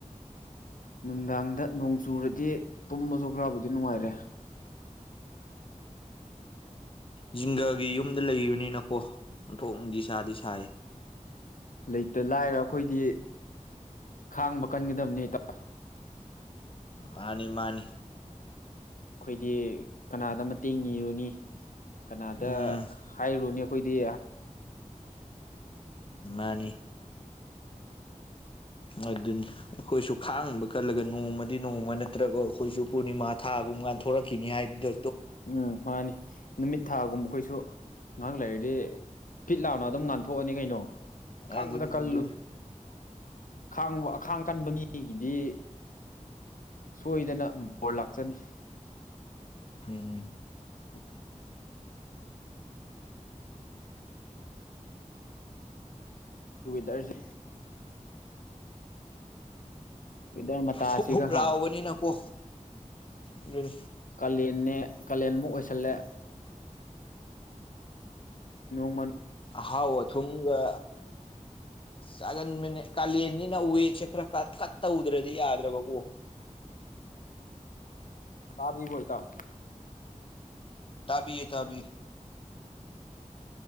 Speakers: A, on the left; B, on the left.
A: ꯅꯨꯡꯗꯥꯡꯗ ꯅꯣꯡ ꯆꯨꯔꯗꯤ ꯇꯨꯝꯕꯖꯨ ꯈ꯭ꯔꯕꯨꯗꯤ ꯅꯨꯡꯉꯥꯏꯔꯦ <inaudible>
B: ꯖꯤꯡꯒꯥꯒꯤ ꯌꯨꯝꯗ ꯂꯩꯕꯅꯤꯅꯀꯣ ꯑꯣꯟꯊꯣꯛ ꯅꯨꯡꯗꯤ ꯁꯥꯥꯗꯤ ꯁꯥꯏ
A: ꯂꯩꯇ ꯂꯥꯏꯔ ꯑꯈꯣꯏꯗꯤ ꯈꯥꯡꯕ ꯀꯟꯒꯗꯕꯅꯦ ꯏꯇꯥ
B: ꯃꯥꯅꯤ ꯃꯥꯅꯤ
A: ꯈꯣꯏꯗꯤ ꯀꯅꯥꯗ ꯃꯇꯦꯡ ꯅꯤꯔꯨꯅꯤ ꯀꯅꯥꯗ
B: ꯎꯝ
A: ꯍꯥꯏꯔꯨꯅꯤ ꯈꯣꯏꯗꯦ
B: ꯃꯥꯅꯤ ꯑꯗꯨꯅꯤ ꯑꯩꯈꯣꯏꯁꯨ ꯈꯥꯡꯕ ꯀꯜꯂꯒ ꯅꯣꯡꯃꯗꯤ ꯅꯣꯡꯃ ꯅꯠꯇ꯭ꯔꯒꯣ ꯈꯣꯏꯁꯨ ꯄꯨꯔꯅꯤꯃꯥ ꯊꯥꯒꯨꯝ ꯉꯥꯟꯊꯣꯔꯛꯈꯤꯅꯤ ꯍꯥꯏꯕꯗꯨ
A: ꯎꯝ ꯃꯥꯅꯤ ꯅꯨꯃꯤꯠ ꯊꯥꯒꯨꯝꯕ ꯈꯣꯏꯁꯨ ꯉꯍꯥꯛ ꯂꯩꯔꯗꯤ ꯐꯤꯠ ꯂꯥꯎꯅ ꯑꯗꯨꯝ ꯉꯥꯟꯊꯣꯛꯑꯅꯤ ꯀꯩꯅꯣ ꯈꯥꯡꯕꯗ
B: ꯑꯗꯨꯅꯤ
A: ꯀꯜꯂꯨ
B: ꯑꯗꯨꯅꯤ
A: ꯈꯥꯡꯕ ꯑꯈꯥꯡ ꯀꯟꯕ ꯃꯤꯒꯤꯗꯤ ꯁꯣꯏꯗꯅ ꯕꯣꯔ ꯂꯥꯛꯆꯅꯤ
B: ꯎꯝ
A: <inaudible> ꯇ꯭ꯋꯤ ꯋꯦꯗꯔꯖꯦ ꯋꯦꯗꯔ ꯃꯇꯥꯁꯤꯒ
B: ꯍꯨꯞ ꯍꯨꯞ
A: ꯍꯥ
B: ꯂꯥꯎꯕꯅꯤꯅꯀꯣ ꯎꯝ
A: ꯀꯂꯦꯟꯅꯦ ꯀꯂꯦꯟꯃꯨꯛ ꯑꯣꯏꯁꯜꯂꯦ ꯅꯣꯡꯃꯟ
B: ꯑꯍꯥꯎ ꯑꯊꯨꯝꯒ ꯆꯥꯒꯟꯕꯅꯦ ꯀꯥꯂꯦꯟꯅꯤꯅ ꯋꯦꯠꯁꯦ ꯈꯔ ꯈꯥꯠ ꯈꯥꯠ ꯇꯧꯗ꯭ꯔꯗꯤ ꯌꯥꯗ꯭ꯔꯕꯀꯣ
A: ꯇꯥꯕꯤꯕ꯭ꯔꯣ ꯏꯇꯥꯎ
B: ꯇꯥꯕꯤꯌꯦ ꯇꯥꯕꯤ